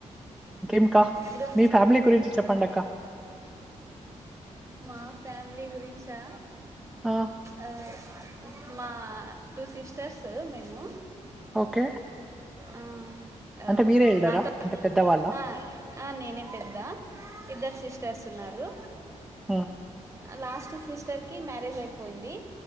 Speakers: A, in the centre; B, on the right.
A: ఇంకేం అక్క
B: ఇదో
A: మీ ఫ్యామిలీ గురించి చెప్పండి అక్క
B: మా ఫ్యామిలీ గురించా
A: ఆ!
B: ఆ మా టూ సిస్టర్సు మేము
A: ఓకే.
B: ఆ ఆ
A: అంటే మీరే ఎల్డరా?
B: నాతో
A: అంటే పెద్దవాళ్ళా?
B: ఆ ఆ నేనే పెద్ద ఇద్దరు సిస్టర్స్ ఉన్నారు.
A: హమ్
B: లాస్ట్ సిస్టర్ కి మ్యారేజ్ అయిపోయింది.